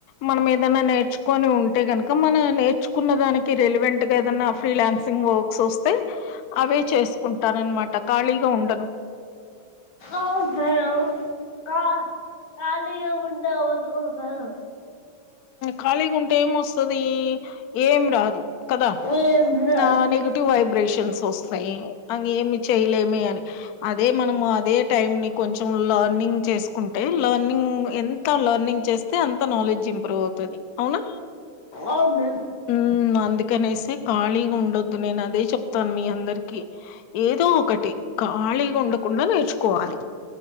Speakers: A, on the left; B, on the left.
A: మనం ఏదన్నా నేర్చుకొని ఉంటే గనుక మన నేర్చుకున్న దానికి రెలివెంట్ గా ఏదన్నా ఫ్రీలాన్స్ సింగ్క్స్ వస్తే అవే చేసుకుంటారునమాట ఖాళీగా ఉండను
B: ఆహా కా కాలి గా ఉండవా
A: ఖాళీగా ఉంటే ఏం వస్తది ఏం రాదు కదా
B: ఏం రాదు
A: నా
B: మేడం
A: నెగిటివ్ వైబ్రేషన్స్ వస్తాయి అ ఏమి చేయలేమే అని అదే మనం అదే టైం ని కొంచెం లర్నింగ్ చేసుకుంటే లర్నింగ్ ఎంత లర్నింగ్ చేస్తే అంత నాలెడ్జ్ ఇంప్రూవ్ అవుతది అవునా
B: అవును
A: మ్మ్ అందుకనేసి ఖాళీగా ఉండొద్దు నేను అదే చెప్తాను మీ అందరికి ఏదో ఒకటి ఖాళీగా ఉండకుండా నేర్చుకోవాలి